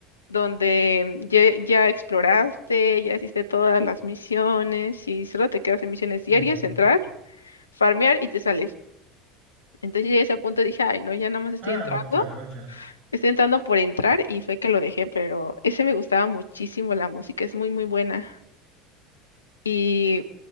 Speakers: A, on the left; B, on the right.
A: donde ya, ya exploraste, ya hiciste todas las misiones y solo te quedas en misiones diarias,
B: ujú.
A: entrar, farmear y te sales. Entonces llegué a ese punto y dije, ay, no, ya nada más estoy
B: Ah,
A: entrando,
B: no, claro, ya.
A: estoy entrando por entrar y fue que lo dejé, pero ese me gustaba muchísimo, la música es muy, muy buena. Y,